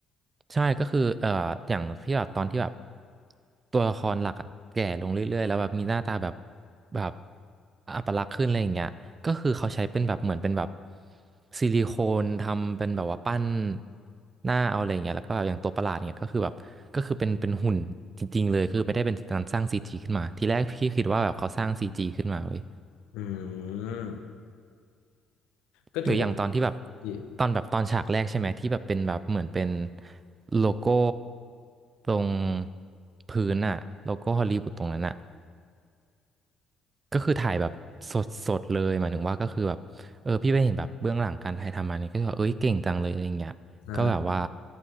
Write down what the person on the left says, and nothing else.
อืมก็ถือว่า
ดี
ใช่